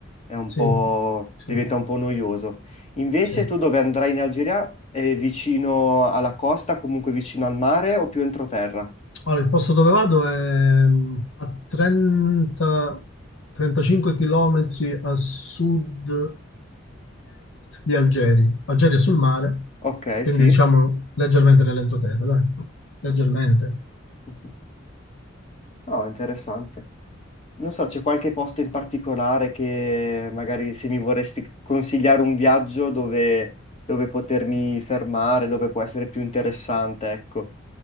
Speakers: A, on the left; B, on the left.
A: è un
B: Sì,
A: po'...
B: sì,
A: diventa un po' noioso. Invece
B: sì.
A: tu dove andrai in Algeria? È vicino alla costa, comunque vicino al mare o più entroterra?
B: Allora, il posto dove vado è mm, a 30, 35 km a sud-est di Algeri. Algeri è sul mare,
A: Ok,
B: quindi
A: sì.
B: diciamo leggermente nell'entroterra, dai. Leggermente.
A: <laughs> No, interessante. Non so, c'è qualche posto in particolare che magari se mi vorresti consigliare un viaggio dove, dove potermi fermare, dove può essere più interessante, ecco.